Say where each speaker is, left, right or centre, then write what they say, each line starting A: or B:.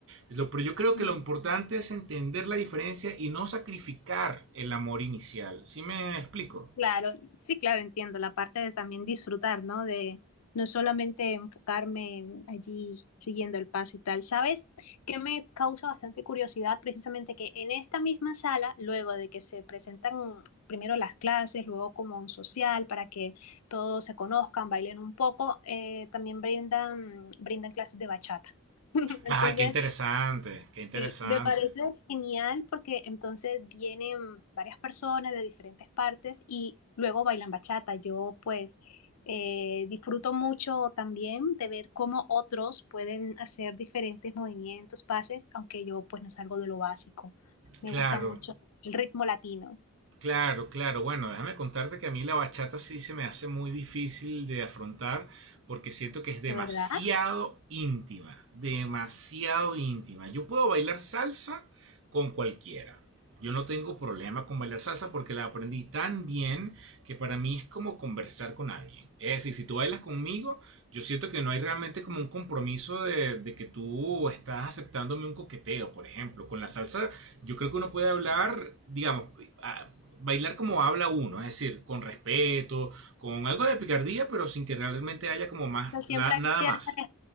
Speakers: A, on the right; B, on the left.
A: Pero yo creo
B: No.
A: que lo importante es entender la diferencia y no sacrificar el amor inicial. ¿Sí me explico?
B: Claro, sí, claro, entiendo la parte de también disfrutar, ¿no? De no solamente enfocarme allí siguiendo el paso y tal. ¿Sabes? Que me causa bastante curiosidad precisamente que en esta misma sala, luego de que se presentan primero las clases, luego como un social para que todos se conozcan, bailen un poco, eh, también brindan, brindan clases de bachata. <laughs> Entonces,
A: Ah, qué interesante, qué interesante.
B: Sí, me parece genial porque entonces vienen varias personas de diferentes partes y luego bailan bachata. Yo pues eh, disfruto mucho también de ver cómo otros pueden hacer diferentes movimientos, pases, aunque yo pues no salgo de lo básico. Me
A: Claro.
B: gusta mucho el ritmo latino,
A: Claro, claro. Bueno, déjame contarte que a mí la bachata sí se me hace muy difícil de afrontar porque siento que es demasiado
B: de verdad.
A: íntima, demasiado íntima. Yo puedo bailar salsa con cualquiera. Yo no tengo problema con bailar salsa porque la aprendí tan bien que para mí es como conversar con alguien. Es decir, si tú bailas conmigo, yo siento que no hay realmente como un compromiso de, de que tú estás aceptándome un coqueteo, por ejemplo. Con la salsa yo creo que uno puede hablar, digamos, a- bailar como habla uno, es decir, con respeto, con algo de picardía, pero sin que realmente haya como más,
B: sea, siempre
A: na- nada
B: hay cierta,
A: más.
B: leja-